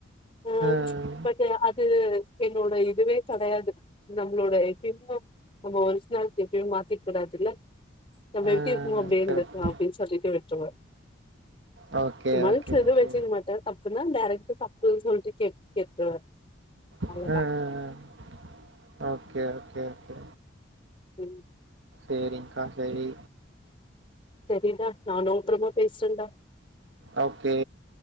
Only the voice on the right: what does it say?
ம்.
ம்.
கரெக்ட் தான்.
ஓகே,
ஓகே,
ஓகே.
அ, அ, அ. ஓகே ஓகே ஓகே
சேரி்கா சேரி
ஓகே